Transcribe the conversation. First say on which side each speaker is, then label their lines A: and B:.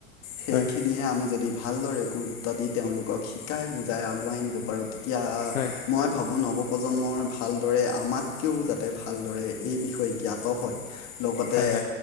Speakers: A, on the left; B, on the left.
A: সেইখিনিয়ে
B: হয়
A: আমি যদি ভালদৰে গুৰুত্ব দি তেওঁলোকক শিকাই বুজাই আগুৱাই নিব পাৰোঁ। এতিয়া
B: হয়
A: মই ভাবো নৱপ্ৰ প্ৰজন্মৰ ভালদৰে আমাতকেও যাতে ভালদৰে এই বিষয়ে জ্ঞাত হয় লগতে
B: হয় হয়